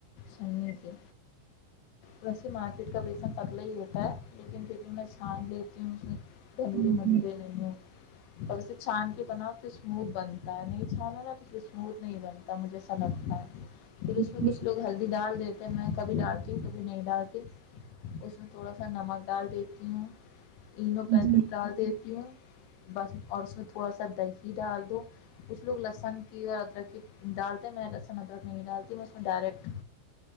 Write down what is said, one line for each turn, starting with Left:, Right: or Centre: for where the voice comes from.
Left: چنی سے ویسے مارکیٹ کا بیسن پتلا ہی ہوتا ہے لیکن پھر بھی میں چھان لیتی ہوں اندورے
Right: جی
Left: مدورے نہیں ہے اور اسے چھان کے بناؤ تو اسموتھ بنتا ہے نہیں چھان ہے نا تو اسے اسموتھ نہیں بنتا مجھے ایسا لگتا ہے پھر
Right: جی
Left: اس میں
Right: جی
Left: کچھ لوگ ہلدی ڈال دیتے تو میں کبھی ڈالتی ہوں نہیں ڈال کے اس تھوڑا سا نمک ڈال دیتی ہوں تینوں پیکٹ
Right: جی
Left: ڈال دیتی ہوں بس اور اس میں تھوڑا سا سب دہی ڈال دوں کچھ لوگ لہسن کی اور ادرک کی ڈالتے میں لہسن ادرک نہیں ڈال میں اس میں ڈائریکٹ